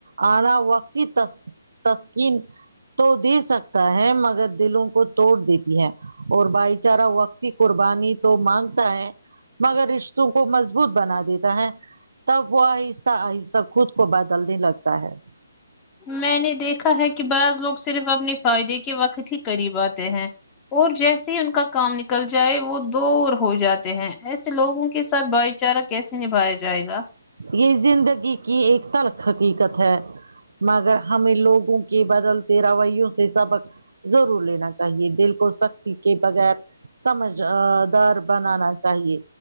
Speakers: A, on the right; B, on the left.
A: آنا وقتی تسکین تو دے سکتا ہے مگر دلوں کو توڑ دیتی ہے اور بھائی چارہ وقتی قربانی تو مانگتا ہے مگر رشتوں کو مضبوط بنا دیتا ہے تب وہ آہسہ آہسہ خود کو بدلنے لگتا ہے
B: میں نے دیکھا ہے کی بعض لوگ صرف اپنی فائدے کے وقت ہی قریب آتے ہیں اور جیسے ہی ان کا کام نکل جائے وہ دور ہو جاتے ہیں ایسے لوگوں کے ساتھ بھائی چارہ کیسے نبھایا جائے گا
A: یے زندگی کی ایک تلخ حقیقت ہے مگر ہمیں لوگوں کے بدلتے رویوں سے سبق ضرور لینا چاہیے دل کو سختی کے بغیر سمجھ آ دار بنانا چاہیے